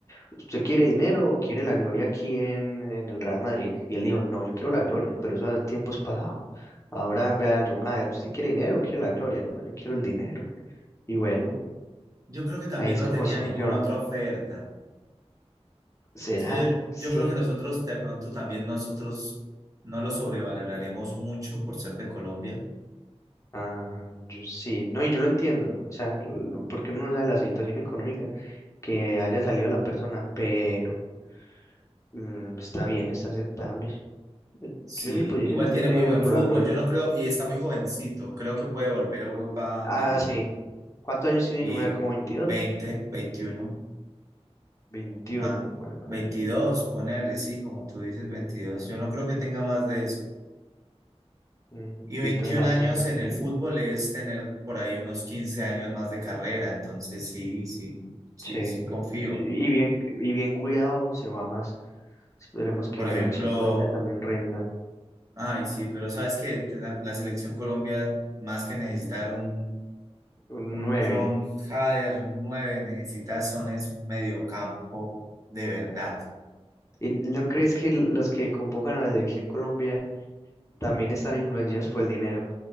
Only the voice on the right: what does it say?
Yo creo que también
no
tenía
ninguna
otra oferta.
Es que yo,
yo
creo que nosotros, de pronto también nosotros no lo sobrevaloraremos mucho por ser de Colombia
Sí,
igual
tiene
muy
buen
fútbol,
yo no creo, y está muy jovencito, creo que puede volver a Europa
y,
y
20,
21,
más,
22, ponerle, sí, como tú dices, 22. yo no creo que tenga más de eso.
Y 21
años
en
el fútbol es tener por ahí unos 15 años más de carrera, entonces sí, sí, sí,
sí, confío.
Por
ejemplo,
ay, sí, pero sabes que la la selección Colombia, más que necesitar un
Un
John Hader, un 9, necesitas son es un mediocampo de verdad.
Mm.